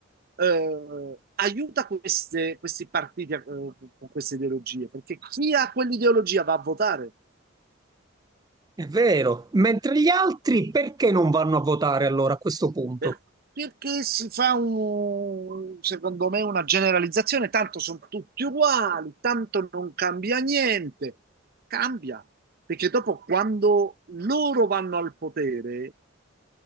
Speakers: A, on the right (about 45°); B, on the right (about 20°).
A: eh, aiuta queste- questi partiti eh, con queste ideologie, perché chi ha quell'ideologia va a votare.
B: è vero, mentre gli altri perché non vanno a votare allora a questo punto?
A: Per- Perché si fa un, secondo me, una generalizzazione, tanto sono tutti uguali, tanto non cambia niente. Cambia, perché dopo quando loro vanno al potere,